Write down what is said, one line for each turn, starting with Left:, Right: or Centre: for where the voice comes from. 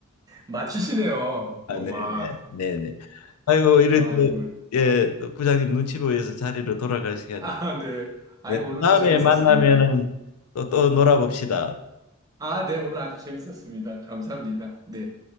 Right: 맞히시네요.
Left: 아,
Right: 와,
Left: 네네, 네네. 아이고, 이래
Right: 아이고.
Left: 또, 예, 또 부장님 눈치 보여서 자리로 돌아갈 시간이.
Right: 아, 네. 아,
Left: 네,
Right: 오늘도
Left: 또 다음에
Right: 재밌었습니다.
Left: 만나면은 또, 또 놀아봅시다.
Right: 아, 네. 오늘 아주 재밌었습니다. 감사합니다. 네.